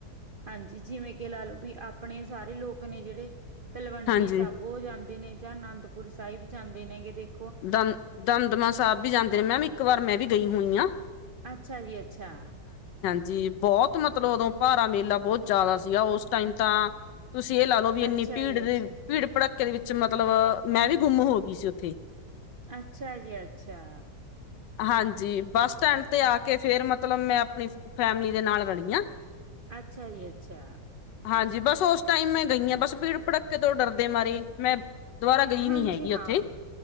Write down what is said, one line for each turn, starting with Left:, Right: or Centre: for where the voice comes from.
Right: ਹਾਂਜੀ ਜਿਵੇਂ ਕਿ ਲਾ ਲਓ ਬੀ ਆਪਣੇ ਸਾਰੇ ਲੋਕ ਨੇ ਜਿਹੜੇ ਤਲਵੰਡੀ
Left: ਹਾਂਜੀ
Right: ਸਾਬੋ ਜਾਂ ਦੇ ਨੇ ਜਾਂ ਨੰਦਪੁਰ ਸਾਹਿਬ ਜਾਂਦੇ ਨੇਗੇ ਦੇਖ
Left: ਦਮ ਦਮਦਮਾ ਸਾਹਿਬ ਵੀ ਜਾਂਦੇ ਨੇ ਮੈਮ ਇੱਕ ਵਾਰ ਮੈਂ ਵੀ ਗਈ ਹੋਈ ਹਾਂ।
Right: ਅੱਛਾ ਜੀ ਅੱਛਾ।
Left: ਜੀ ਬਹੁਤ ਮਤਲਬ ਉਦੋਂ ਭਾਰਾ ਮੇਲਾ ਬਹੁਤ ਜ਼ਿਆਦਾ ਸੀਗਾ ਉਸ ਟਾਈਮ ਤਾਂ ਤੁਸੀ ਏਹ ਲਾ ਲਓ ਵੀ ਇੰਨੀ
Right: ਅੱਛਾ
Left: ਭੀੜ
Right: ਜੀ
Left: ਦੀ
Right: ਅੱਛਾ
Left: ਭੀੜ ਭੜੱਕੇ ਦੇ ਵਿੱਚ ਮਤਲਬ ਮੈਂ ਵੀ ਗੁੰਮ ਹੋ ਗਈ ਸੀ ਓਥੇ।
Right: ਅੱਛਾ ਜੀ ਅੱਛਾ।
Left: ਹਾਂਜੀ ਬੱਸ ਸਟੈਂਡ ਤੇ ਆ ਕੇ ਫੇਰ ਮਤਲਬ ਮੈਂ ਆਪਣੀ ਫੈਮਲੀ ਦੇ ਨਾਲ ਰਲੀ ਆ।
Right: ਅੱਛਾ ਜੀ ਅੱਛਾ।
Left: ਹਾਂਜੀ ਬਸ ਉਸ ਟਾਈਮ ਮੈਂ ਗਈ ਆ ਬਸ ਭੀੜ ਭੜੱਕੇ ਤੋਂ ਡਰਦੇ ਮਾਰੀ ਮੈਂ ਦੁਬਾਰਾ ਗਈ
Right: ਹਾਂਜੀ
Left: ਨੀ ਹੈਗੀ ਉੱਥੇ।
Right: ਹਾਂ